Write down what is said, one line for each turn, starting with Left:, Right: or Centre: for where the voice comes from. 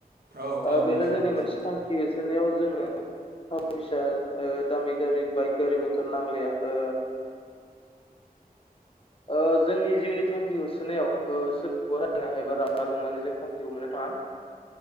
Right: औ औ
Left: ओ बेनो
Right: नंगौ
Left: जोंनि
Right: नंगौ
Left: मोनसे थांखि होसोनायाव जोंनो थाखा फैसा ओ दामि दामि बाइक गारि मथर नांलिया ओ ओ जोंनि जिउनि थांखि होसोनायाव ओ सोरखौबा रायना एबा रागा जोंनानै जों थांखिखौ मोननो थाङा